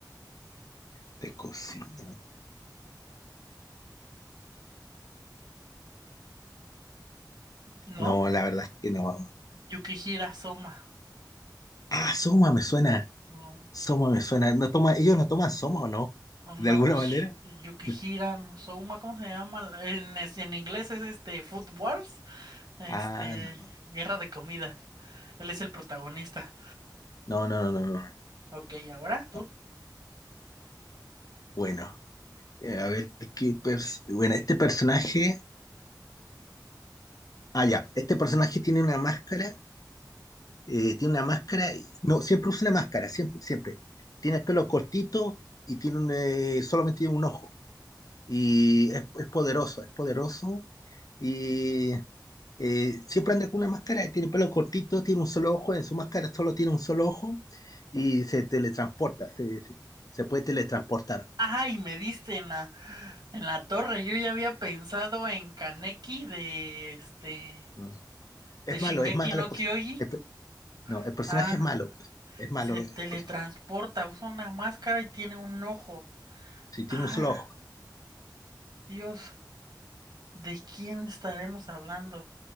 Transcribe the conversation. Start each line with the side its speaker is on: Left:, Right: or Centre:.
Left: de cocina.
Right: ¿No?
Left: No, la verdad es que no.
Right: Yukihira Soma.
Left: Ah, Soma me suena.
Right: No,
Left: Soma me suena. No toma, ellos no toman Soma, ¿o no?
Right: Oh, no,
Left: De alguna
Right: es
Left: manera.
Right: Yukihira
Left: <laughs>
Right: no, Soma, ¿cómo se llama? En, es- en inglés es este Food Wars, este,
Left: Ah, no.
Right: Guerra de Comidas. Él es el protagonista.
Left: No, no, no, no, no.
Right: Ok, ¿ahora tú?
Left: no. Bueno, eh, a ver qué pers- Bueno, este personaje. Ah, ya. Este personaje tiene una máscara eh, tiene una máscara, y- no, siempre usa una máscara, siempre, siempre. Tiene el pelo cortito y tiene un, eh, solamente tiene un ojo. Y es, es poderoso, es poderoso. Y eh, siempre anda con una máscara, tiene el pelo cortito, tiene un solo ojo, en su máscara solo tiene un solo ojo y se teletransporta, se, se- se puede teletransportar.
Right: Ay, me diste en la, en la torre. Yo ya había pensado en Kaneki de este
Left: Mm. Es
Right: de Shingeki
Left: malo, es malo.
Right: no
Left: el pers-
Right: Kyojin.
Left: el pe- no, el personaje
Right: Ah,
Left: es malo, es malo
Right: se teletransporta,
Left: el personaje.
Right: usa una máscara y tiene un ojo.
Left: Sí, tiene
Right: Ah,
Left: un solo ojo.
Right: Dios, ¿de quién estaremos hablando?